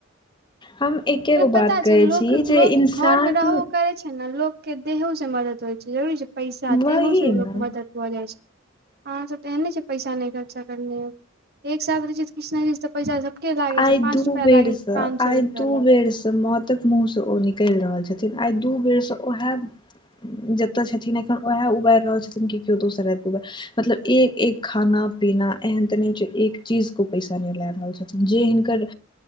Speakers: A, on the left (about 25°); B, on the right (about 55°).
A: हम एके गो बात
B: पता
A: कहै
B: छै लोक
A: छी जे
B: लोक
A: इन्सान
B: घर मे रहबो करै छै नऽ लोक के देहो से मदद होइ छै जरूरी छै पैसा
A: वही
B: देहो सऽ
A: ने
B: लोक के मदद भ जाइ छै अहाँ सब तऽ एहेन नय छै कि पैसा नहि खर्चा करने हब एक साथ रहे छै किछ ने किछ तऽ पैसा सबके लागे
A: आइ
B: छै पाँच
A: दू
B: रुपआ
A: बेर
B: लागे कि
A: सऽ
B: पाँच सए
A: आइ
B: रुपआ
A: दू
B: लागे
A: बेर सऽ मौत ततेक मुँहसँ ओ निकलि रहल छथिन आइ दू बेरसँ उएह जतय छथिन एखन उएह उबारि रहल छथिन कि केओ दोसर आब कऽ उब मतलब एक एक खाना पीना एहन ते नहि छै एक चीज को पैसा नहि लए रहल छै जे हिनकर